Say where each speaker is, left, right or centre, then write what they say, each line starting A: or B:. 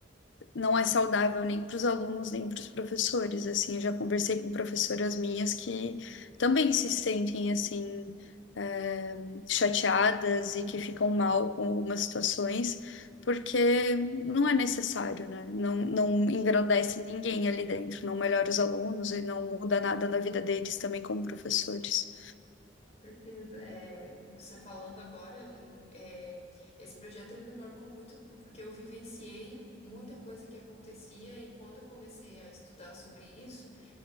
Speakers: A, on the left; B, on the left.
A: não é saudável nem para os alunos, nem para os professores, assim, eu já conversei com professoras minhas que também se sentem, assim, eh, chateadas e que ficam mal com algumas situações, porque não é necessário, né? Não, não engrandece ninguém ali dentro, não melhora os alunos e não muda nada na vida deles também como professores.
B: Com certeza. É, você falando agora, eu lem- é, esse projeto ele me marcou muito porque eu vivenciei muita coisa que acontecia e quando eu comecei a estudar sobre isso,